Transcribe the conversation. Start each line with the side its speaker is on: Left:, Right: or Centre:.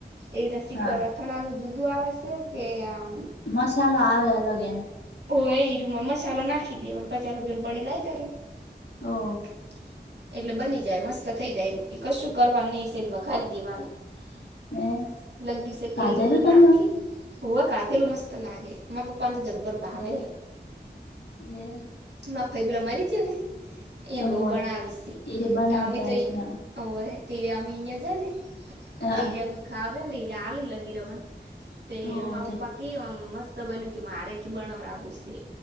Right: એવી
Left: હા
Right: <unintelligible> અથણાનું જુદું આવે છે કે આમ
Left: મસાાલો આવે અલગ એન.
Right: ઓ <unintelligible> મસાલો નાખી દે પચાસ રૂપિયા ને પડી.
Left: ઓ
Right: <unintelligible> એટલે બની જાય મસ્ત થઈ જાય <unintelligible> કશું કરવા નહી સેજ વધારી દેવાનું. <unintelligible>
Left: હે
Right: છે
Left: કાજલું
Right: તલ
Left: તમે
Right: નાખી. ઓવા કાતેલું મસ્ત લાગે મારા પપ્પાને તો જબ્બર ભાવે.
Left: હે હે
Right: માફાઈ પેલા મારી જ ને એને
Left: હોવે
Right: બહુ ભણાવીશ
Left: એ બનાવતા
Right: અમે તો
Left: હશે
Right: એય તેરે અમી ને જાને
Left: હા
Right: ત્યાં <unintelligible> તે
Left: હોવે
Right: માર
Left: તો
Right: પપ્પા કે મસ્ત બન્યું કે મારે કે બનાવરાવું સે